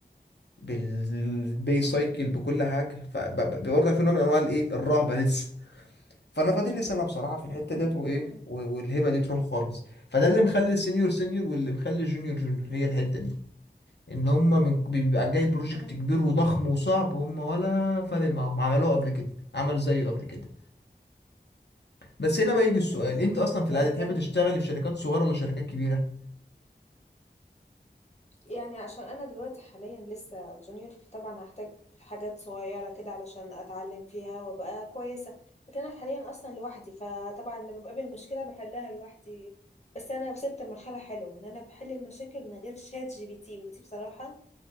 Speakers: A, on the left; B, on the left.
A: بالبي
B: مم.
A: سايكل بكل حاجه فبرضه في نوع من انواع الايه الرهبه لسه فانا فاضل لي سنه بصراحه في الحته ديت وايه
B: مم.
A: و- والهبه دي تروح خالص فده اللي مخلي السينيور سينيور واللي مخلي الجونيور جونيور هي الحته دي ان هم من بيبقى جاي البروجكت
B: مم.
A: كبير وضخم وصعب هم ولا فارق معاهم عملوه قبل كده عملوا زيه قبل كده بس هنا بقى يجي السؤال
B: مم.
A: انت اصلا في
B: يعني
A: العاده تحب
B: ده
A: تشتغل في شركات صغيره ولا شركات كبيره
B: يعني عشان انا دلوقتي حاليا لسه جونيور طبعا هحتاج حاجات صغيره كده علشان اتعلم فيها وابقى كويسه لكن انا حاليا اصلا لوحدي فطبعا لما بقابل مشكله بحلها لوحدي بس انا وصلت لمرحله حلوه ان انا بحل المشاكل من غير شات جي بي تي ودي بصراحه